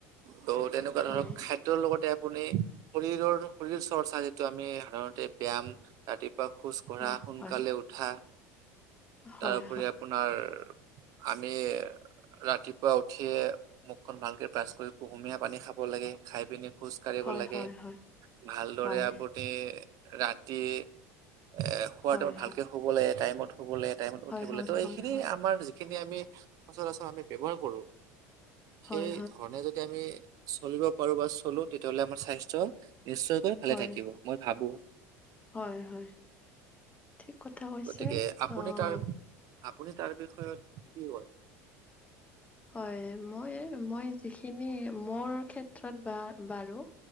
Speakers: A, on the right (about 50°); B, on the left (about 15°).
A: ত' তেনেকোৱা
B: হয়,
A: ধৰক খাদ্যৰ লগতে আপুনি শৰীৰৰ শৰীৰ চৰ্চা যিটো আমি সাধাৰণতে ব্যায়াম ৰাতিপুৱা খোজ কঢ়া
B: হয়,
A: সোনকালে
B: হয়, হয়,
A: উঠা
B: হয়,
A: তাৰোপৰি আপোনাৰ আমি ৰাতিপুৱা উঠিয়ে মুখখন ভালকে ব্ৰাছ কৰিব। কুহুমীয়া পানী খাব লাগে খাই পিনি খোজ
B: হয়,
A: কাঢ়িব
B: হয়,
A: লাগে
B: হয়, হয়,
A: ভালদৰে
B: হয়,
A: আপুনি ৰাতি এ শুৱ
B: হয়,
A: টাইমত ভালকে শুব ললে টাইমত শুব লাগে টাইমত
B: হয়,
A: উঠিব
B: হয়, হয়,
A: লাগে ত'
B: হয়,
A: এইখিনি
B: হয়,
A: আমাৰ যিখিনি আমি সচৰাচৰ আমি ব্যৱহাৰ কৰো সেই
B: হয়,
A: ধৰণে যদি আমি চলিব পাৰো বা চলো তেতিয়াহলে আমাৰ স্বাস্থ্য নিশ্চয়কৈ
B: হয়,
A: ভালে থাকিব মই ভাবো
B: হয়, হয়, ঠিক কথা কৈছে
A: গতিকে আপুনি
B: অহ
A: তাৰ আপুনি তাৰ বিষয়ত কি কব
B: হয় মই মই যিখিনি মোৰ ক্ষেত্ৰত বা বাৰু